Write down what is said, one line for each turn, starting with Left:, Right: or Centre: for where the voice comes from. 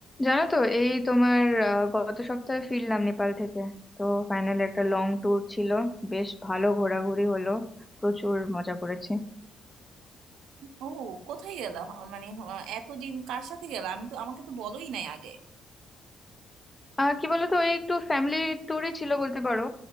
Left: জানো তো এই তোমার আহ, গত সপ্তাহে ফিরলাম নেপাল থেকে তো ফাইনালি একটা লং ট্যুর ছিল বেশ ভালো ঘোরাঘুরি হলো প্রচুর মজা করেছি
Right: ও কোথায় গেলা আ, মানে আ, এতদিন কার সাথে গেলা আমি তো আমাকে তো বলোই নাই আগে
Left: আহ কি বলতো এই একটু ফ্যামিলি ট্যুরই ছিল বলতে পারো